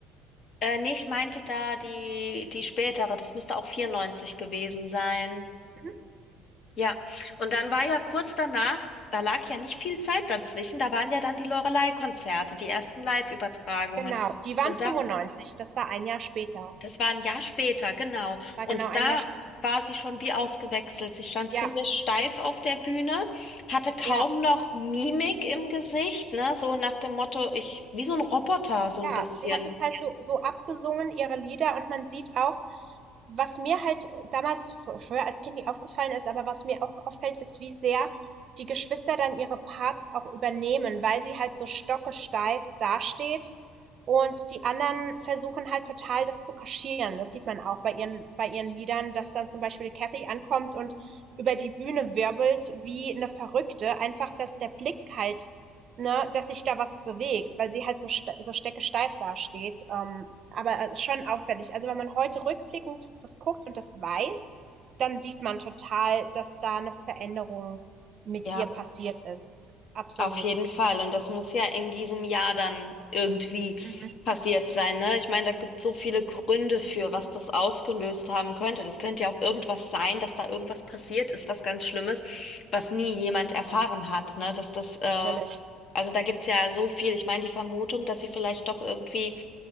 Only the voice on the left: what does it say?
äh, nee, ich meinte da die, die spätere, das müsste auch 94 gewesen sein.
Ja, und dann war ja kurz danach, da lag ja nicht viel Zeit dazwischen, da waren ja dann die Loreley-Konzerte, die ersten Live-Übertragungen.
Und
da
Das war ein Jahr später, genau.
Und
da
war sie schon wie ausgewechselt. Sie stand
ziemlich steif auf der Bühne, hatte kaum
noch Mimik im Gesicht, ne? So nach dem Motto, ich, wie so ein Roboter, so
ein bisschen.
Ja,
auf jeden Fall. Und das muss ja in diesem Jahr dann irgendwie
passiert sein, ne? Ich meine, da gibt es so viele Gründe für, was das ausgelöst haben könnte. Das könnte ja auch irgendwas sein, dass da irgendwas passiert ist, was ganz Schlimmes, was nie jemand erfahren
hat, ne? Dass das äh,
Also da gibt's ja so viel. Ich meine, die Vermutung, dass sie vielleicht doch irgendwie,